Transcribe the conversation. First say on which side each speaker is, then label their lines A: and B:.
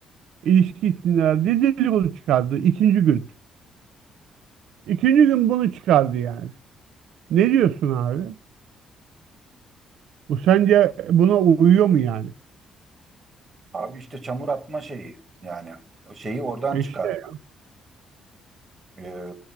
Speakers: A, on the right; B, on the right.
A: ilişki içindeler. diye Dedikodu çıkardı ikinci gün. İkinci gün bunu çıkardı yani. Ne diyorsun abi? Bu sence buna uyuyor mu yani?
B: Abi işte çamur atma şeyi yani o şeyi oradan
A: E
B: çıkar.
A: işte
B: Ee,